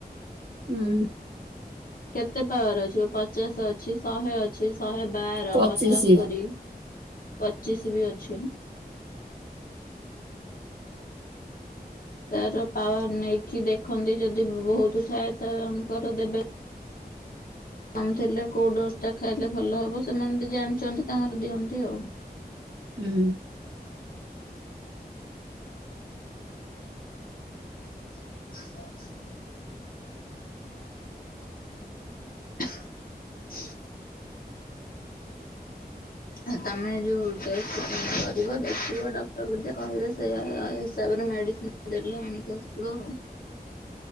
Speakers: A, on the right; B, on the left.
A: ହୁଁ।
B: କେତେ ପାୱାର ଅଛି, ପଚାଶ ଅଛି, ଶହେ ଅଛି, ଶହେ ବାର
A: ପଚିଶି
B: ପଞ୍ଚସ୍ତରୀ ପଚିଶ ବି ଅଛି ହୁଁ ତାର ପାୱାର ନେଇକି ଦେଖନ୍ତି ଯଦି ଯ ବହୁତ ଥାଏ ତାଙ୍କର ଦେବେ କମ ଥିଲେ କୋଉ ଡୋଜ କୋଉଟା ଖାଇଲେ ଭଲ ହବ, ସେମାନେ ବି ଜାଣିଛନ୍ତି ତାଙ୍କର ଦିଅନ୍ତି ଆଉ।
A: ହୁଁ।
B: <inaudible> <inaudible> ଆ ତମେ ଯେଉ ଟେଷ୍ଟ କରିବ, ଦେଖିବ ଡକ୍ଟରକୁ ଯା କହିବେ, ସେଇ ହିସାବରେ ମେଡ଼ି ସିନ୍ ଦେଲେ ଆଣିକି ଆସିବ ଆଉ।